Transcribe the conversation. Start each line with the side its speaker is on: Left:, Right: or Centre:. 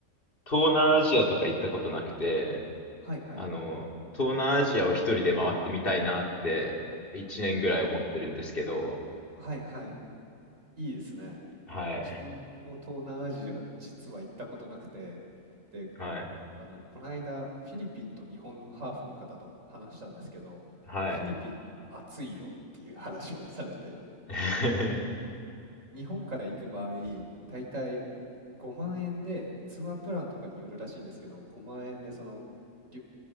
Left: 東南アジアとか行ったことなくて、
Right: はいはい。
Left: あの、東南アジアを一人で回ってみたいなって、一年ぐらい思ってるんですけど、
Right: はいはい。いいですね。
Left: はい。
Right: 自分も東南アジア、実は行ったことなくて、で、
Left: はい。
Right: あの、この間、フィリピンと日本のハーフの方と話したんですけど、
Left: はい。
Right: フィリピン暑いよっていう話をされて、
Left: <laughs>
Right: 日本から行く場合、だいたい5万円で、ツアープランとかによるらしいんですけど、5万円でその、りゅ